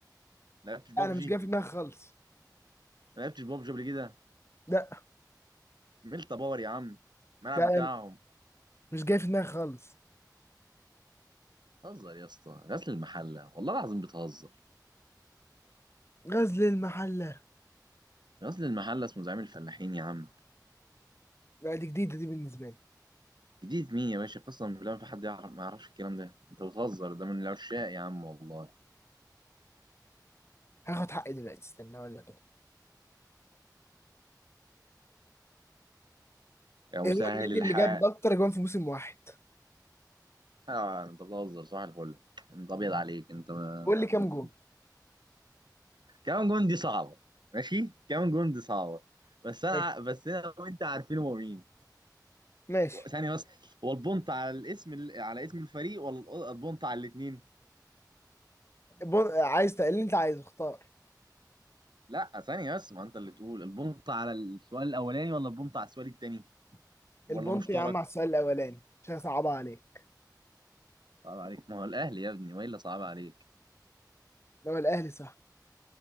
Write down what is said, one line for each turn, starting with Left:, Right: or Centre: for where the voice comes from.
Right: لعبتش بابجي
Left: لا، انا مش جاي في دماغي خالص
Right: ما لعبتش بابجي قبل كده
Left: لا
Right: ميلتا باور يا عم الملعب
Left: لا
Right: بتاعهم
Left: مش جاي في دماغي خالص
Right: بتهزر يا اسطى غزل المحلة والله العظيم بتهزر
Left: غزل المحله
Right: غزل المحلة اسمه زعيم الفلاحين يا عم
Left: لا دي جديده دي بالنسبه لي
Right: جديد مين يا باشا قسما بالله ما في حد يعرف ما يعرفش الكلام ده انت بتهزر ده من العشاق يا عم والله
Left: هاخد حقي دلوقتي استنى اقول لك
Right: يا مسهل
Left: ايه هو النادي
Right: الحال
Left: اللي جاب اكتر جوان في موسم واحد
Right: آه انت بتهزر صباح الفل انت ابيض عليك انت
Left: قول لي كام
Right: انت
Left: جون
Right: كمان جون دي صعبه ماشي كمان جون دي صعبه بس انا
Left: ماشي
Right: ع- بس انا وانت عارفين هو مين
Left: ماشي
Right: ثانيه بس هو البونت على الاسم ال- على اسم الفريق ولا الأ- البونت على الاثنين
Left: بون... عايز تقل اللي انت عايزه اختار
Right: لا ثانيه بس ما انت اللي تقول البونت على السؤال الاولاني ولا البونت على السؤال الثاني ولا
Left: البونت
Right: مشترك
Left: يا عم على السؤال الاولاني مش هصعبها عليك
Right: صعب عليك ما هو الاهلي يا ابني والا صعب عليك
Left: لو الاهلي صح